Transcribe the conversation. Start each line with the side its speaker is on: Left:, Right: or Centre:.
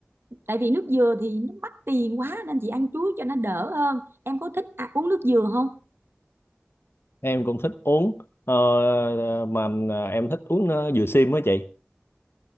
Right: tại vì nước dừa thì nó mắc tiền quá nên chị ăn chuối cho nó đỡ hơn em có thích à, uống nước dừa không
Left: em cũng thích uống ờ, mà em thích uống ờ, dừa sim á chị